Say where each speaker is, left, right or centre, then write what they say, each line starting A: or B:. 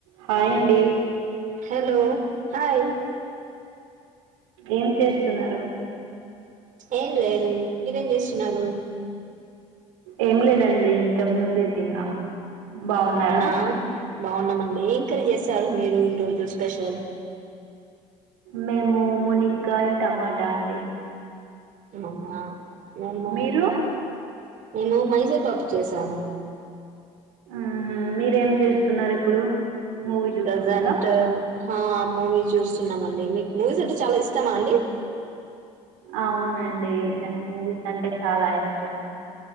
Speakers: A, on the right (about 80°); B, on the right (about 55°).
A: Hi అండి.
B: Hello hi.
A: ఏం చేస్తున్నారు?
B: ఏం లేదు. మీరేం చేస్తున్నారు?
A: ఏం లేదండి ఇంతకు ముందే తిన్నాం. బాగున్నారా?
B: అవునా బాగున్నామండి. ఏం కర్రీ చేశారు మీరు ఈరోజు స్పెషల్.
A: మేము మేము మునిక్కాయ టమాటా అండి.
B: అవునా నన్ను.
A: మీరు
B: మేము మైసూర్ పప్పు చేసాము.
A: ఉహామ్ మీరేం చేస్తున్నారు ఇప్పుడు. మూవీ చూస్తున్నారా
B: ప్రజెంట్ హా మూవీ చూస్తున్నామన మీకు మూవీస్ అంటే చాలా ఇష్టమా అండి
A: అవునండి నాకు మూవీస్ అంటే చాలా ఇష్టం